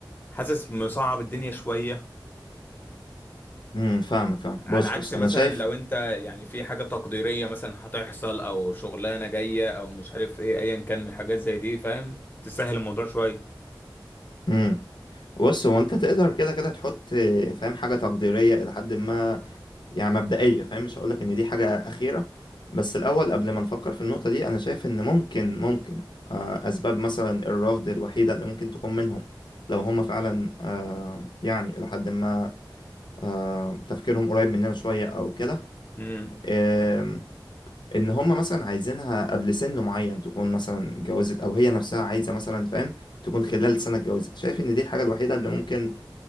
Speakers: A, on the left; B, on the left.
A: حاسس مصعب الدنيا شويه
B: امم فاهمك فاهم
A: على
B: بص
A: عكس
B: بص
A: مثلا
B: انا شايف
A: لو انت يعني في حاجة تقديرية مثلا هتحصل او شغلانة جاية او مش عارف ايه ايا كان من الحاجات زي دي فاهم تسهل الموضوع شوية
B: امم بص هو انت تقدر كده كده تحط آه، فاهم حاجة تقديرية الى حد ما يعني مبدئية فاهم مش هقولك ان دي حاجة اخيرة بس الاول قبل ما نفكر في النقطة دي انا شايف ان ممكن ممكن آه، اسباب مثلا الرفض الوحيدة اللي ممكن تكون منهم لو هم فعلا آه، يعني الى حد ما آه، تفكيرهم قريب مننا شوية او كده
A: امم
B: آم، ان هم مثلا عايزينها قبل سن معين تكون مثلا اتجوزت او هي نفسها عايزة مثلا فاهم تكون خلال سنة اتجوزت شايف ان دي الحاجة الوحيدة اللي ممكن